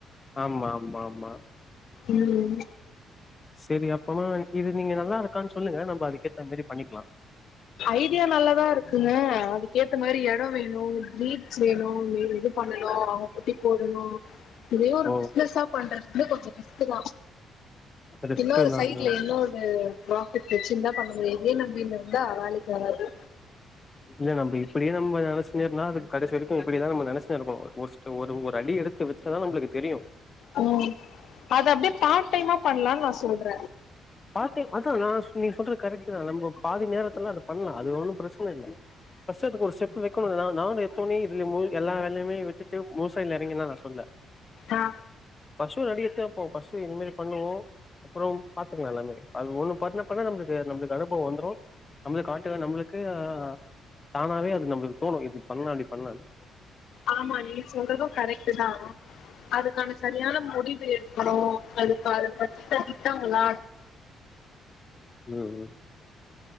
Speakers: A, on the left (about 25°); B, on the left (about 70°).
A: ஆமா ஆமா ஆமா
B: ம்
A: செரி அப்பமா இது நீங்க நல்லா இருக்கான் சொல்லுங்க நம்ம அதுக்கேத்த மாரி பண்ணிக்லா
B: ஐடியா நல்லாதா இருக்குங்க அதுக்கேத்த மாரி எடோ வேணு வீ செய்ணு வீ இது பண்ணணு அவ்ங்க குட்டி போடணு இதே ஒரு
A: ஓ
B: பிஸ்னஸ்ஸா பண்றது வந்து கொஞ்சொ ரிஸ்க்கு தா
A: ரிஸ்க்கு
B: இன்னோரு
A: நாங்க
B: சைட்ல இன்னோரு ப்ராஃபிட் வெச்சுந்தா பண்ண முடியு இத்யே நம்பின்னு இருந்தா வேலெக்கி ஆகாது
A: இல்ல நம்ப இப்பிடியே நம்ப நனச்சுன்னே இருந்தா அது கடேசி வரைக்கு இப்பிடிதா நம்ம நனச்சே இருக்கணு ஒரு ஒரு ஒரு அடி எடுத்து வெச்சாதா நம்பளுக்கு தெரியு
B: ம் அது அப்டியே பார்ட் டைமா பண்ணலான்னு நா சொல்ற
A: பார்ட்டைம் அதா நா நீ சொல்றது கரெக்ட்டு தா நம்ம பாதி நேரத்துல அது பண்லா அது ஒன்னு ப்ரச்சன இல்ல ஃபஸ்ட்டு இதுக்கு ஒரு ஸ்டெப்பு வெ க்கெணு தா நான் எத்தொன்னே இதுல மூழ் எல்லா வேல்யுமே விட்டுட்டு மூசா இத்ல எறங்கின்னா நா சொல்ல்ல
B: ஆ
A: ஃபஸ்சு ஒரு அடி எடுத்து வெப்போ ஃபஸ்சு என்ன மாரி பண்ணுவோ அப்பறோ பாத்துக்கலா எல்லாமே அது ஒன்னு பண்ண பண்ண நம்மளுக்கு நம்மளுக்கு அனுபவோ வந்துரு நம்மளுக்கு காட்டுக்க நம்மளுக்கு ஆ தானாவே அது நம்மளுக்கு தோணு இது பண்ணலா அப்டி பண்ணலான்னு
B: ஆமா நீங் சொல்றது கரெட்டு தா அதுக்கான செரியான முடிவு அப்பறோ அதுக்காக ப திட்டாங்கள் எல்லா
A: ம் ம்